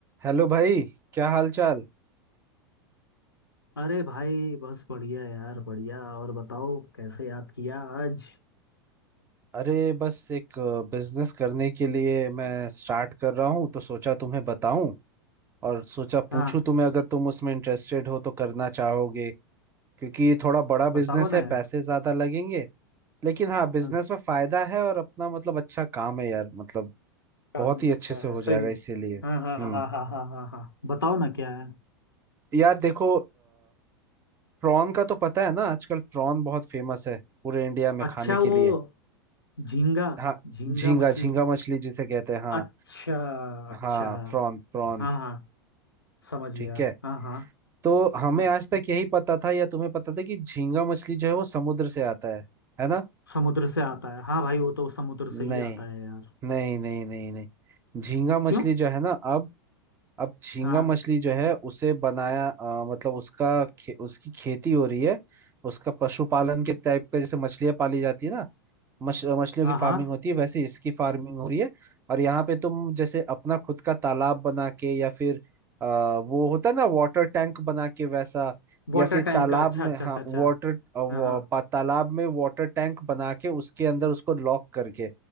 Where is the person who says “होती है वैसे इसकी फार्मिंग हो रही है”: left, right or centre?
Right